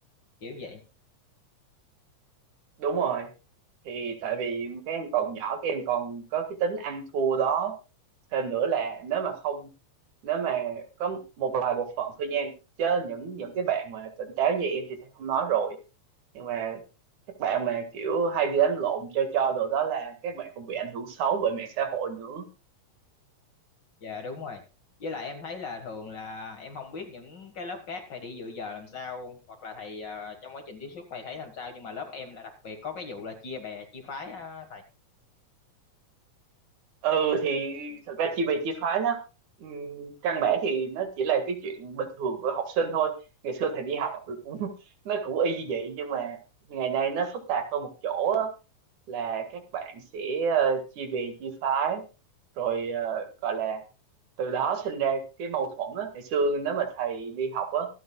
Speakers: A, on the left; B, on the right.
A: kiểu vậy
B: đúng rồi thì tại vì các em còn nhỏ các em còn có cái tính ăn thua đó thêm nữa là nếu mà không nếu mà có một vài bộ phận thôi nha chứ những những cái bạn mà tỉnh táo như em thì thầy không nói rồi nhưng mà các bạn mà kiểu hay đi đánh lộn cho cho đồ đó là các bạn còn bị ảnh hưởng xấu bởi mạng xã hội nữa
A: Dạ đúng rồi. Với lại em thấy là thường là em không biết những cái lớp khác thầy đi dự giờ làm sao hoặc là thầy ờ, trong quá trình tiếp xúc thầy thấy làm sao nhưng mà lớp em là đặc biệt có cái vụ là chia bè chia phái á thầy.
B: ừ thì thật ra chia bè chia phái nó ừm, căn bản thì nó chỉ là cái chuyện bình thường của học sinh thôi ngày xưa thầy đi học thì cũng <laughs> nó cũng y như vậy nhưng mà ngày nay nó phức tạp hơn một chỗ á. là các bạn sẽ ờ, chia bè chia phái rồi ờ, gọi là từ đó sinh ra cái mâu thuẫn á ngày xưa nếu mà thầy đi học á